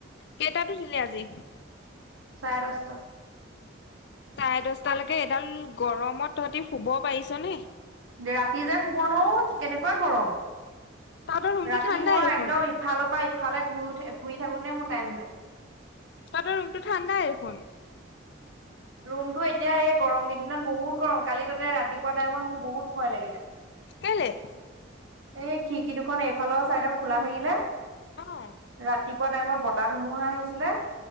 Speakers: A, on the left; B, on the right.
A: কেইটাত উঠিলি আজি?
B: চাৰে দচটা।
A: চাৰে দচটালেকে এডাল গৰমত তহঁতি শুব পাৰিছ নে?
B: ৰাতি যে শুব নোৱাৰো কেনেকুৱা গৰম।
A: তহঁতৰ ৰুমটো
B: ৰাতি
A: ঠাণ্ডাই
B: মই
A: দেখোন,
B: একদম ইফালৰ পৰা ইফালে ঘূৰু-ঘূৰি থাকোতে মোৰ টাইম যায়।
A: তাতৰ ৰুমটো ঠাণ্ডাই দেখোন।
B: ৰুমটো এতিয়া এই গৰম কিদিনত বহুত গৰম, কালি তাতে ৰাতিপুৱা টাইমত মোৰ বহুত ভয় লাগিলে।
A: কেলে?
B: এই খিৰিকি দুখন এইফালৰ চাইডৰ খোলা থাকিলে
A: অ',
B: ৰাতিপুৱা টাইমত বত তাহ ধুমুহা আহিছিলে